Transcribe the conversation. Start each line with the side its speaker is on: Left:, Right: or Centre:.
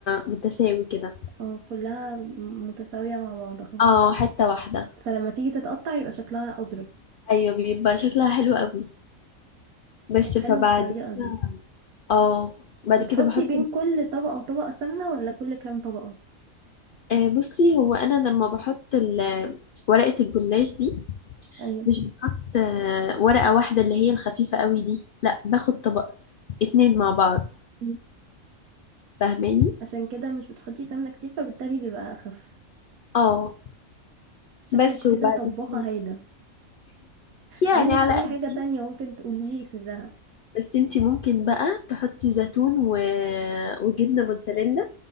Left: متساوي كده
Right: اه كلها م- متساوية مع بعضها
Left: اه حته واحده
Right: فلما تيجي تتقطع يبقى شكلها أظرف
Left: ايوه بيبقى شكلها حلو قوي بس
Right: طب حلوة
Left: فبعد
Right: الطريقة
Left: كده
Right: دي
Left: اه بعد
Right: بتحطي
Left: كده بحط
Right: بين كل طبقة وطبقة سمنة ولا كل كام طبقة
Left: آه بصي هو انا لما بحط ال- ورقة الجلاش دي
Right: ايوه
Left: مش بحط آه ورقة واحدة اللي هي الخفيفة قوي دي لا باخد طبق اتنين مع بعض
Right: أمم،
Left: فاهماني
Right: عشان كده مش بتحطي سمنة كتير فبالتالي بيبقى أخف
Left: اه
Right: شكلك
Left: بس وبعد
Right: كده طباخة
Left: كده
Right: هايلة
Left: يعني
Right: عندك
Left: على
Right: ايه حاجة
Left: قدي
Right: تانية ممكن تقولي لي سرها
Left: بس انتي ممكن بقى تحطي زيتون و... وجبنة موتزاريلا